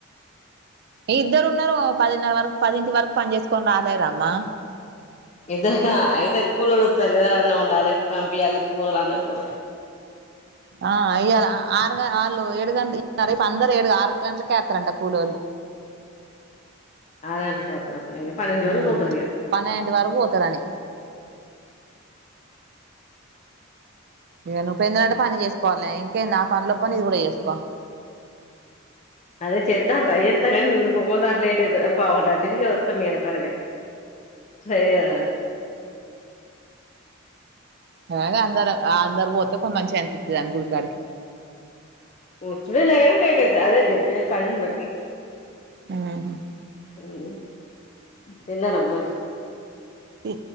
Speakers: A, on the right; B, on the left.
A: ఇద్దరు ఉన్నారు పదిన్నర వరకు పదింటి వరకు పని చేసుకొని రాలేర అమ్మా
B: ఇద్దరు అయితే కూలొడొత్తాడు కద అన్నం వండాలె పంపియాలే కులోల్లా అన్నం కూర
A: ఆ అయ్య ల ఆరు గ ఆళ్ ఏడు గంట రేపు అందరు ఏడుగా గంటలకే ఎత్రంటా కూలోళ్ళు
B: ఆరు గంట్లకే వత్తరన్ గ పన్నెండు
A: ఉమ్
B: వరు పోతరిగ
A: పన్నెండింటి వరకు పోతారని ఇగ నువ్ పెందుగంటే పని చేసుకోవాల్నె ఇంకేన్ ది ఆ పనిల పని ఇది కూడా చేసుకో
B: అదే చేద్దామ్ ట్రై చేత్తా కానీ ఒక్కోక్ సారి లేట్ అయిత పావ్ గంట అటుఇటు వత్తం మీ ఎనకాలగ సైరే డానికి
A: ఎలాగో అందరు అందరు పోతే కొ మంచిగా అనిపిత్తది దని గుడికాడికి
B: వచ్చుడేలే గాని లేట్ అయితది అదే జెప్పేది పనిని బట్టి
A: ఉమ్మ్
B: ఈ తిన్నారమరి
A: తి